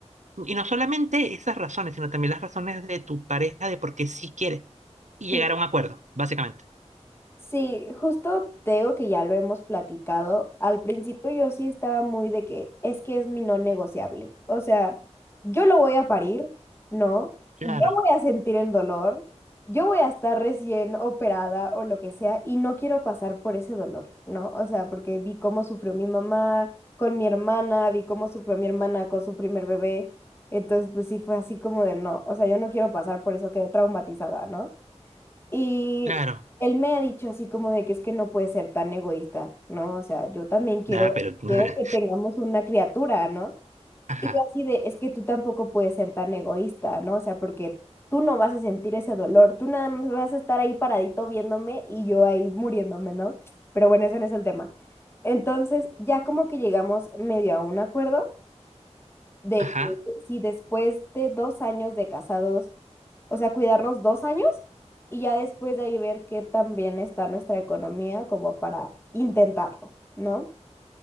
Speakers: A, on the right (about 85°); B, on the left (about 20°).
A: y no solamente esas razones, sino también las razones de tu pareja de por qué sí quiere y
B: sí,
A: llegar a un acuerdo, básicamente.
B: Sí, justo te digo que ya lo hemos platicado. Al principio yo sí estaba muy de que es que es mi no negociable. O sea, yo lo voy a parir, ¿no?
A: Claro,
B: Yo voy a sentir el dolor, yo voy a estar recién operada o lo que sea y no quiero pasar por ese dolor, ¿no? O sea, porque vi cómo sufrió mi mamá con mi hermana, vi cómo sufrió mi hermana con su primer bebé. Entonces, pues sí fue así como de no, o sea, yo no quiero pasar por eso, quedé traumatizada, ¿no? Y
A: claro.
B: él me ha dicho así como de que es que no puede ser tan egoísta, ¿no? O sea, yo también quiero,
A: Ah, pero, <laughs>
B: quiero que tengamos una criatura, ¿no?
A: ajá,
B: Y yo así de, es que tú tampoco puedes ser tan egoísta, ¿no? O sea, porque tú no vas a sentir ese dolor, tú nada más vas a estar ahí paradito viéndome y yo ahí muriéndome, ¿no? Pero bueno, ese no es el tema. Entonces, ya como que llegamos medio a un acuerdo de
A: ajá.
B: que si después de dos años de casados, o sea, cuidarnos dos años y ya después de ahí ver qué tan bien está nuestra economía como para intentarlo, ¿no?